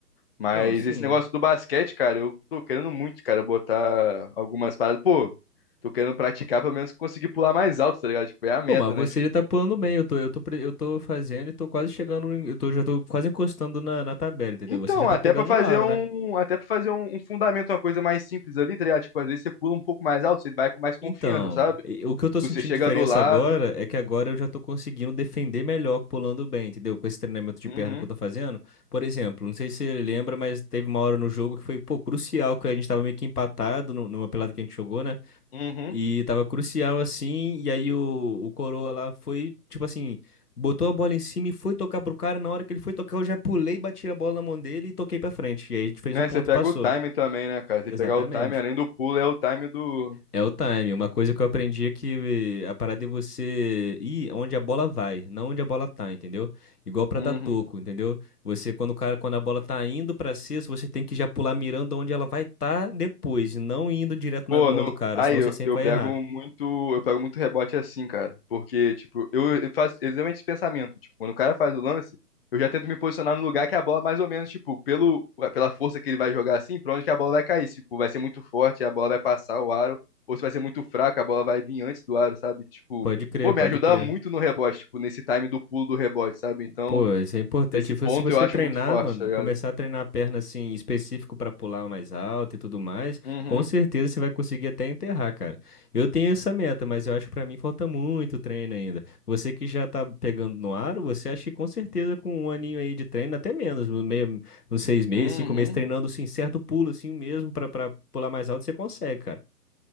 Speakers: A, on the left; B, on the left.
A: Mas
B: Não, sim.
A: esse negócio do basquete, cara, eu tô querendo muito, cara, botar algumas paradas. Pô, tô querendo praticar pelo menos conseguir pular mais alto, tá ligado? Tipo, é a meta,
B: Pô, mas você
A: né?
B: já tá pulando bem. Eu tô, eu tô, pre- eu tô fazendo e tô quase chegando. em- Eu tô, já tô quase encostando na, na tabela, entendeu?
A: Então,
B: Você já tá
A: até
B: pegando
A: pra fazer
B: o aro,
A: um,
B: né?
A: até para fazer um, um fundamento, uma coisa mais simples ali, tá ligado? Tipo, às vezes você pula um pouco mais alto, você vai com mais confiança,
B: Então,
A: sabe?
B: e- o que eu tô sentindo
A: Você chega
B: diferença
A: do lado.
B: agora é que agora eu já tô conseguindo defender melhor pulando bem, entendeu? Com esse treinamento de
A: Uhum,
B: perna que eu tô fazendo. Por exemplo, não sei se você lembra, mas teve uma hora no jogo que foi, pô, crucial, que a gente tava meio que empatado nu- numa pelada que a gente jogou, né?
A: uhum.
B: E tava crucial assim, e aí o, o Coroa lá foi, tipo assim, botou a bola em cima e foi tocar pro cara. Na hora que ele foi tocar, eu já pulei, bati a bola na mão dele e toquei pra frente. E aí a gente fez
A: Né?
B: o ponto
A: Você pega
B: e passou.
A: o time também, né, cara? Você
B: Exatamente.
A: pegar o time, além do pulo, é o time do.
B: É o time. Uma coisa que eu aprendi é que eh, a parada é você ir onde a bola vai, não onde a bola tá, entendeu? Igual pra
A: Uhum.
B: dar toco, entendeu? Você, quando o cara, quando a bola tá indo pra cesta, você tem que já pular mirando onde ela vai estar depois, e não indo direto
A: Pô,
B: na mão
A: não...
B: do cara,
A: aí
B: senão
A: eu,
B: você sempre
A: eu
B: vai
A: pego
B: errar.
A: muito, eu pego muito rebote assim, cara, porque tipo, eu eu faço exatamente esse pensamento, tipo, quando o cara faz o lance, eu já tento me posicionar no lugar que a bola mais ou menos, tipo, pelo pela força que ele vai jogar assim, pra onde que a bola vai cair, se, tipo, vai ser muito forte, a bola vai passar o aro, ou se vai ser muito fraca, a bola vai vir antes do aro, sabe? Tipo,
B: Pode crer,
A: pô, me
B: pode
A: ajuda
B: crer.
A: muito no rebote, tipo, nesse time do pulo do rebote, sabe? Então,
B: Pô, isso é importante.
A: esse
B: Tipo,
A: ponto
B: Se você
A: eu acho
B: treinar,
A: muito forte,
B: mano,
A: tá ligado?
B: começar a treinar a perna assim, específico pra pular mais alto e tudo mais,
A: Uhum,
B: com certeza você vai conseguir até enterrar, cara. Eu tenho essa meta, mas eu acho que pra mim falta muito treino ainda. Você que já tá pegando no aro, você acha que com certeza com um aninho aí de treino, até menos, no meio, uns seis meses,
A: uhum.
B: cinco meses, treinando assim, certo pulo assim mesmo pra, pra pular mais alto, você consegue, cara.